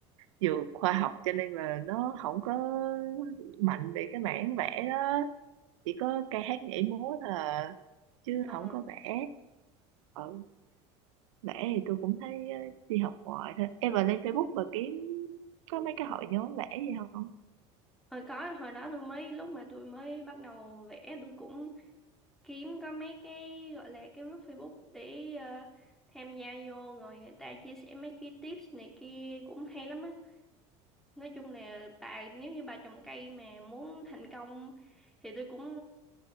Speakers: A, on the right; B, in the centre.
A: dược khoa học cho nên là nó không có mạnh về cái mảng vẽ đó, chỉ có ca hát nhảy múa thôi à, chứ
B: ờ
A: không có vẽ. Ừ, vẽ thì tôi cũng thấy ờ, đi học ngoài thôi. Em vào lên Facebook bà kiếm có mấy cái hội nhóm vẽ gì không?
B: hồi có hồi đó tôi mới lúc mà tôi mới bắt đầu vẽ tôi cũng kiếm có mấy cái gọi là cái group Facebook để ờ, tham gia vô rồi người ta chia sẻ mấy cái tips này kia cũng hay lắm á nói chung là bà nếu như bà trồng cây mà muốn thành công thì tôi cũng